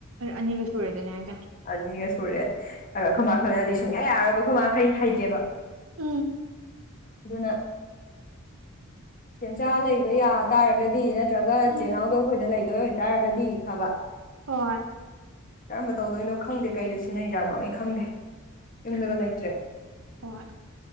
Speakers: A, on the right; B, on the left.
A: ꯑꯅꯤꯒ ꯁꯨꯔꯦꯗꯅꯦ ꯍꯥꯏꯁꯦ
B: ꯑꯅꯤꯒ ꯁꯨꯔꯦ ꯑ ꯑꯩꯈꯣꯏꯃꯥꯈꯜꯅꯗꯤ ꯁꯨꯡꯌꯥ ꯌꯥꯔꯕ ꯈꯣꯏꯃꯥꯈꯩ ꯍꯩꯇꯦꯕ
A: ꯎꯝ
B: ꯑꯗꯨꯅ ꯁꯦꯝꯦꯟꯆꯥ ꯂꯩꯕ ꯌꯥ ꯇꯥꯔꯒꯗꯤ ꯅꯠꯇ꯭ꯔꯒ
A: ꯎꯝ
B: ꯆꯦꯡꯅꯥꯎꯗꯣ ꯑꯩꯈꯣꯏꯗ ꯂꯩꯗꯣꯏ ꯑꯣꯏꯇꯥꯔꯒꯗꯤ ꯐꯕ
A: ꯍꯣꯏ
B: ꯀꯔꯝꯕ ꯇꯧꯗꯣꯏꯅꯣ ꯈꯪꯗꯦ ꯀꯩꯗ ꯁꯤꯖꯤꯟꯅꯩꯖꯥꯠꯅꯣ ꯑꯩ ꯈꯪꯗꯦ ꯌꯨꯝꯗꯒ ꯂꯩꯇ꯭ꯔꯦ
A: ꯍꯣꯏ